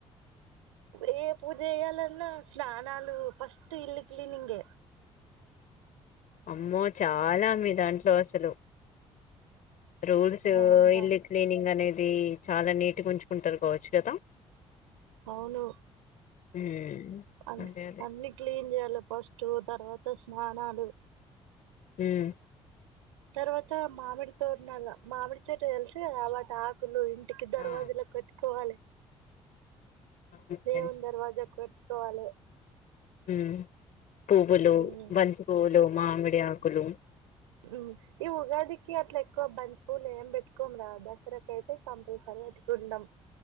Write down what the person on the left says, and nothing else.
అమ్మో చాలా మీ దాంట్లో అసలు రోజు
ఇల్లు క్లీనింగ్ అనేది మ్మ్ చాలా నీటిగా ఉంచుకుంటారు కావచ్చు కదా
ఉమ్
అదే అదే
మ్మ్
ఆ
అవును
తెలుసు
మ్మ్ పూవ్వులు
బంతి పూలు మామిడి ఆకులు